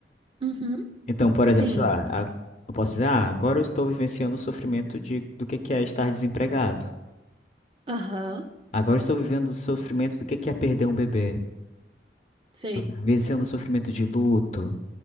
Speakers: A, on the right; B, on the left.
A: Uhum.
B: Então, por
A: Sim.
B: exemplo, sei lá, a- eu posso dizer, ah, agora eu estou vivenciando o sofrimento de, do que que é estar desempregado.
A: Aham.
B: Agora eu estou vivendo o sofrimento do que que é perder um bebê.
A: Sei.
B: Estou vivenciando o sofrimento de luto.